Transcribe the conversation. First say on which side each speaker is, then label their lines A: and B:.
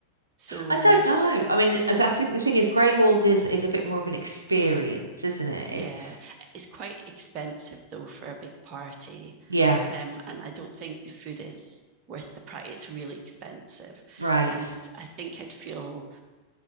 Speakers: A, on the right; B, on the right.
A: so
B: I don't know. I mean, I th- I think the thing is, Grey Walls is is a bit more of an experience, isn't it?
A: Yeah,
B: It's
A: it's quite expensive though for a big party.
B: Yeah,
A: Um, and I don't think the food is worth the price. It's really expensive.
B: right.
A: And I think I'd feel